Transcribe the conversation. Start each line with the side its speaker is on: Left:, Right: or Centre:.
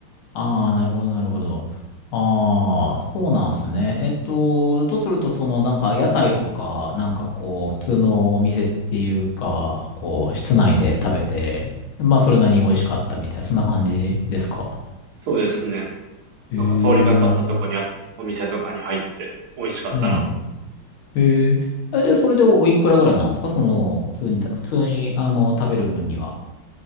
Left: ああ、なるほど、なるほど。ああ、そうなんですね。えっと、とすると、その、なんか、屋台とか、なんかこう、普通のお店っていうか、こう、室内で食べて、まあ、それなりに美味しかったみたいな、そんな感じですか
Right: そうですね。
Left: ええ。
Right: なんか通りがかったとこにあったお店とかに入って美味しかったな。
Left: うん。へえ。え、で、それでおおいくらぐらいなんですかその、普通にた、普通に、あの、食べる分には。